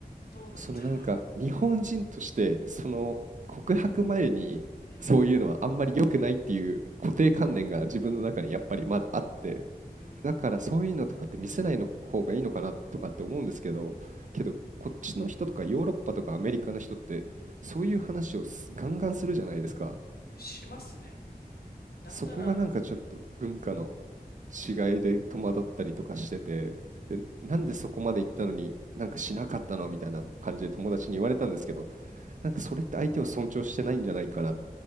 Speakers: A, on the left; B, on the right.
A: どうなんだろ
B: そのなんか日本人としてその告白前にそういうのはあんまり良くないっていう固定観念が自分の中にやっぱりまだあって
A: う <laughs>。うん。うん。うん
B: だからそういうのとかって見せないの方がいいのかなとかって思うんですけどけどこっちの人とかヨーロッパとかアメリカの人ってそういう話をすガンガンするじゃないですか
A: しますね。なんなら、
B: そこがなんかちょっと文化の違いで戸惑ったりとかしててでなんでそこまで行ったのになんかしなかったのみたいな感じで友達に言われたんですけど
A: うん。
B: なんかそれって相手を尊重してないんじゃないかなって